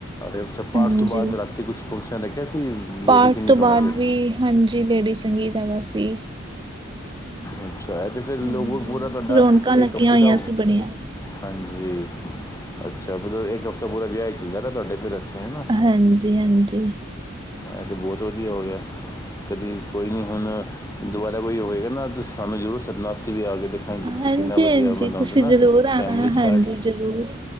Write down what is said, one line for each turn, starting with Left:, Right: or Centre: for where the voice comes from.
Left: ਅੱਛਾ ਪਾਠ
Right: ਹਾਂਜੀ।
Left: ਤੋਂ ਬਾਅਦ ਰੱਖ ਤੇ ਕੁਛ ਫੰਕਸ਼ਨ ਰੱਖਿਆ ਸੀ ਲੇਡੀਜ਼
Right: ਪਾਠ ਤੋਂ
Left: ਚਾਹਣਾ
Right: ਬਾਅਦ
Left: ਫਿਰ
Right: ਵੀ ਹਾਂਜੀ ਲੇਡੀ ਸੰਗੀਤ ਹੇਗਾ ਸੀ।
Left: ਅੱਛਾ ਇਹ ਤੇ ਫਿਰ ਲੋਕ
Right: ਹਾਂਜੀ।
Left: ਪੂਰਾ ਤੁਹਾਡਾ
Right: ਰੌਣਕਾਂ ਲੱਗੀਆਂ
Left: ਇੱਕ ਹਫ਼ਤੇ
Right: ਹੋਈਆਂ
Left: ਦਾ
Right: ਸੀ ਬੜੀਆਂ।
Left: ਹਾਂਜੀ ਅੱਛਾ ਮਤਲਬ ਇੱਕ ਹਫ਼ਤਾ ਪੂਰਾ ਵਿਆਹ ਹੀ ਚੱਲਦਾ ਨਾ ਤੁਹਾਡੇ ਫਿਰ ਇੱਥੇ ਹਨਾ।
Right: ਹਾਂਜੀ- ਹਾਂਜੀ
Left: ਇਹ ਤਾਂ ਬਹੁਤ ਵਧੀਆ ਹੋ ਗਿਆ। ਕਦੀ ਕੋਈ ਨੀ ਹੁਣ ਦੁਬਾਰਾ ਕੋਈ ਹੋਵੇਗਾ ਨਾ ਸਾਨੂੰ ਜ਼ਰੂਰ ਸੱਦਣਾ ਅਸੀਂ ਵੀ ਆ ਕੇ ਦੇਖ ਹ ਤੁਸੀਂ
Right: ਹਾਂਜੀ,
Left: ਕਿੰਨਾ ਵਧੀਆ
Right: ਹਾਂਜੀ
Left: ਮਨਾਉਂਦੇ
Right: ਤੁਸੀਂ
Left: ਨਾ
Right: ਜ਼ਰੂਰ
Left: ਫੈਮਲੀ
Right: ਆਣਾ
Left: 'ਚ
Right: ਹਾਂਜੀ
Left: ਪਾਠ
Right: ਜ਼ਰੂਰ।